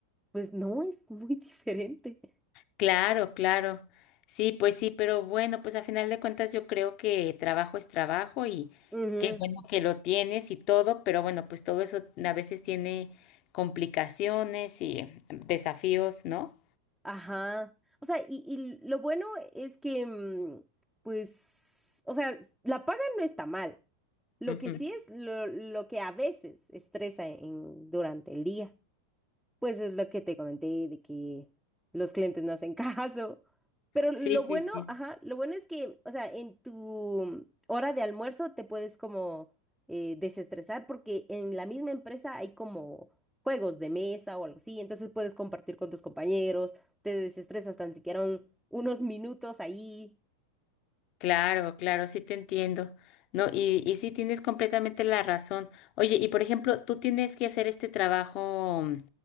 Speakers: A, in the centre; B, on the left.
A: Pues no, es muy <laughs> diferente.
B: Claro, claro. Sí, pues sí, pero bueno, pues a final de cuentas yo creo que trabajo es trabajo y
A: Ujú,
B: qué bueno que lo tienes y todo, pero bueno, pues todo eso a veces tiene complicaciones y desafíos, ¿no?
A: Ajá. O sea, y, y lo bueno es que, mm, pues, o sea, la paga no está mal. Lo
B: Ujú.
A: que sí es lo, lo que a veces estresa en, durante el día. Pues es lo que te comenté de que los clientes no hacen <laughs> caso. Pero lo
B: Sí,
A: bueno,
B: sí, sí.
A: ajá, lo bueno es que, o sea, en tu hora de almuerzo te puedes como eh, desestresar porque en la misma empresa hay como juegos de mesa o algo así, entonces puedes compartir con tus compañeros, te desestresas tan siquiera un- unos minutos ahí.
B: Claro, claro, sí te entiendo. No, y, y sí tienes completamente la razón. Oye, y por ejemplo, ¿tú tienes que hacer este trabajo mm,